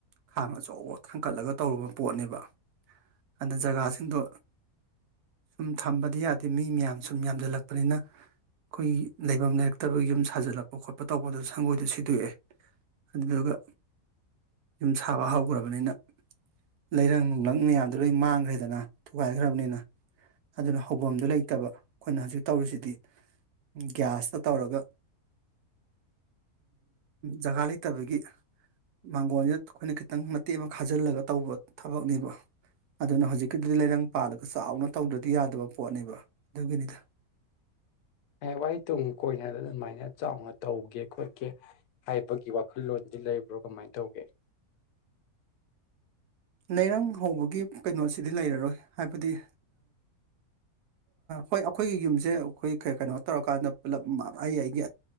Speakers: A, on the right; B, on the left.
A: ꯈꯥꯡ ꯑꯆꯧꯕ ꯊꯥꯡꯀꯠꯂꯒ ꯇꯧꯔꯨꯕ ꯄꯣꯠꯅꯦꯕ ꯑꯗ ꯖꯒꯥꯁꯤꯡꯗꯣ ꯁꯨꯝ ꯊꯝꯕꯗꯤ ꯌꯥꯗꯦ ꯃꯤ ꯃꯌꯥꯝ ꯁꯨꯝ ꯌꯥꯝꯁꯤꯜꯂꯛꯄꯅꯤꯅ ꯑꯩꯈꯣꯏꯒꯤ ꯂꯩꯐꯝ ꯂꯩꯔꯛꯇꯕ ꯌꯨꯝ ꯁꯥꯖꯜꯂꯛꯄ ꯈꯣꯠꯄ ꯇꯧꯕꯗ ꯁꯪꯒꯣꯏꯗ ꯁꯤꯗꯣꯛꯑꯦ ꯑꯗꯨꯗꯨꯒ ꯌꯨꯝ ꯁꯥꯕ ꯍꯧꯈ꯭ꯔꯕꯅꯤꯅ ꯂꯩꯔꯪ ꯅꯨꯡꯂꯪ ꯃꯌꯥꯝꯗꯨꯣ ꯂꯣꯏ ꯃꯥꯡꯈ꯭ꯔꯦꯗꯅ ꯊꯨꯒꯥꯏꯈ꯭ꯔꯕꯅꯤꯅ ꯑꯗꯨꯅ ꯍꯐꯝꯗꯨ ꯂꯩꯇꯕ ꯑꯩꯈꯣꯏꯅ ꯍꯧꯖꯤꯛ ꯇꯧꯔꯤꯁꯤꯗꯤ ꯒ꯭ꯌꯥꯁꯇ ꯇꯧꯔꯒ ꯖꯒꯥ ꯂꯩꯇ ꯇꯕꯒꯤ ꯃꯥꯡꯒꯣꯟꯁꯤꯅ ꯑꯩꯈꯣꯏꯅ ꯈꯤꯇꯪ ꯃꯇꯦꯛ ꯑꯃ ꯈꯥꯖꯤꯜꯂꯒ ꯇꯧꯕ ꯊꯕꯛꯅꯦꯕ ꯑꯗꯨꯅ ꯍꯧꯖꯤꯛꯀꯤꯗꯨꯗꯤ ꯂꯩꯔꯪ ꯄꯥꯜꯂꯒ ꯆꯥꯎꯅ ꯇꯧꯗ꯭ꯔꯗꯤ ꯌꯥꯗꯕ ꯄꯣꯠꯅꯦꯕ ꯑꯗꯨꯒꯤꯅꯤꯗ
B: ꯍꯌꯦꯡꯋꯥꯍꯏ ꯇꯨꯡ ꯀꯣꯏꯅꯗ ꯑꯗꯨꯃꯥꯏꯅ ꯆꯥꯎꯅ ꯇꯧꯒꯦ ꯈꯣꯠꯀꯦ ꯍꯥꯏꯕꯒꯤ ꯋꯥꯈꯜꯂꯣꯟꯗꯤ ꯂꯩꯕ꯭ꯔꯣ ꯀꯃꯥꯏꯅ ꯇꯧꯒꯦ
A: ꯂꯩꯔꯪ ꯍꯧꯕꯒꯤ ꯀꯩꯅꯣꯁꯤꯗꯤ ꯂꯩꯔꯔꯣꯏ ꯍꯥꯏꯕꯗꯤ ꯍꯣꯏ ꯑꯩꯈꯣꯏꯒꯤ ꯌꯨꯝꯁꯦ ꯑꯩꯈꯣꯏ ꯀꯩꯅꯣ ꯇꯧꯔꯀꯥꯟꯗ ꯄꯨꯂꯞ ꯑꯩ ꯑꯩꯒꯤ